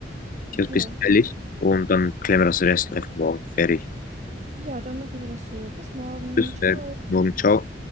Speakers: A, on the left; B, on the right.
A: Ich habe es
B: Ja.
A: ein bisschen eilig und dann klären wir das Rest einfach morgen. Fertig.
B: Ja, dann machen wir das so. Bis morgen.
A: Bis
B: Ciao.
A: äh, morgen. Ciao.